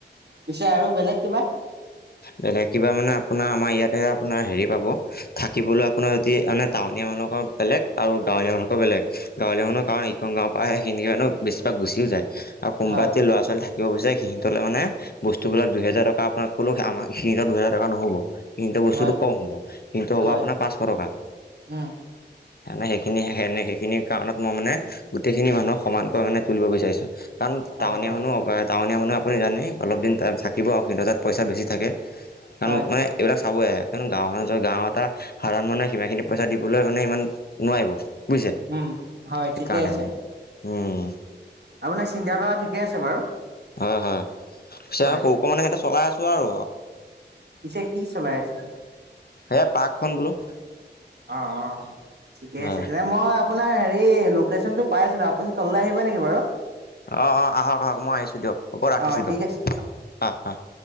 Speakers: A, on the right; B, on the left.
A: পিছে আৰু বেলেগ কিবা
B: বেলেগ কিবা মানে আপোনাৰ আমাৰ ইয়াতে আপোনাৰ হেৰি পাব থাকিবলৈ আপোনাৰ যদি মানে টাউনীয়া মানুহৰ বেলেগ আৰু গাঁৱলীয়া মানুহ <unintelligible> ভালকৈ বেলেগ গাঁলীয়া মানুহ কাৰণ ইখন গাঁৱৰ পৰা আহে সেইখিনে ন বেছিভাগ গুচিও যায় আৰু কোনোবা
A: হয়
B: এটি ল'ৰা ছোৱালী থাকিব বিচাৰে সিহতলে মানে বস্তুবিলাক যোনে দুহেজাৰ টকা আপোনাক ক আমাৰ সিহঁতক দুহেজাৰ টকা নহ'ব কিন্তু বস্তুটো
A: হয়
B: কম হ'ব কিন্তু হ'ব
A: হয়
B: আপোনাৰ পাঁচশ টকা
A: উম
B: সে সেইখিনি সেইখিনি কাৰণত মই মানে গোটেইখিনি মানুহ সমানকৈ মানে তুলিব বিচাৰিছো কাৰণ
A: হয়
B: টাউনীয়া
A: হয়
B: মানুহ টাউনীয়া মানুহ আপুনি জানে অলপ দিন থাকে সিবোৰ অসীণতাত পইচা বেছি থাকে কাৰণ
A: হয়
B: মানে এইবিলাক <unintelligible> চাব আহে কাৰ গাঁৱৰ গাও এটা সাধাৰণ মানুহে সিমানখিনি পইচা দিবলৈ মানে ইমান নোৱাৰিব <unintelligible> বুইজে
A: উম হয়
B: সেইকাৰণে
A: ঠিকে আছে
B: উম
A: আপোনাৰ চিন্তা ধাৰা ঠিকে আছে বাৰু
B: হয় হয় পিছে
A: হয়
B: সৰুকো মানে সিহঁতে চলাই আছোঁ আৰু
A: পিছে কি চলাই আছিলে
B: হে পাৰ্কখন বোলো
A: অ অ ঠিকে
B: হয়
A: আছে তেনে মই আপোনাৰ হেৰি লোকেশ্যন টো পাইছিলো আপুনি তললৈ আহিব নেকি বাৰু
B: অ অ আহক আহক মই আহিছোঁ দিয়ক হ'ব ৰাখিছোঁ
A: অ ঠিক
B: দিয়ক
A: আছে
B: অ অ <inaudible>